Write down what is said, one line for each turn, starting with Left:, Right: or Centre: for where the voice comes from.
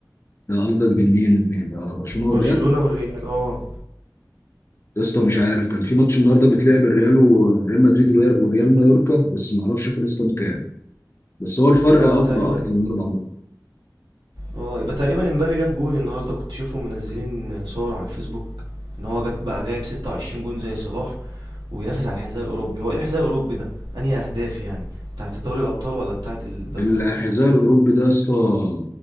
Left: لا قصدك بين مين ومين آه، برشلونه والريال
Right: برشلونة والريال اه
Left: يا اسطى مش عارف كان في ماتش النهارده بيتلعب الريال وريال مدريد والريال وريال مايوركا بس ما اعرفش خلص كام كام بس هو الفرق
Right: اه
Left: اكبر
Right: تقريبا
Left: اكتر من اربع نقط
Right: اه يبقى تقريبا امبابي جاب جون النهارده كنت شايفهم منزلين صور على الفيسبوك ان هو جاب بقى جايب 26 جون زي صلاح وبينافس على الحذاء الاوروبي هو ايه الحذاء الاوروبي ده انهي اهداف يعني بتاعت الدوري الابطال ولا بتاعت الدوري
Left: الحذاء الاوروبي ده يا اسطى